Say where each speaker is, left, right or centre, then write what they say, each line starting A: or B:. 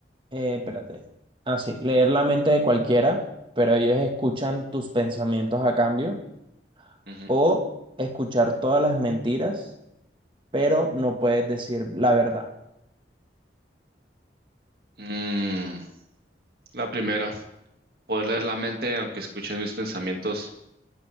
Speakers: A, on the right; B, on the right.
A: eh, espérate. Ah, sí. ¿Leer la mente de cualquiera, pero ellos escuchan tus pensamientos a cambio?
B: ujú.
A: ¿O escuchar todas las mentiras, pero no puedes decir la verdad?
B: Mm, la primera, poder leer la mente aunque escuchen mis pensamientos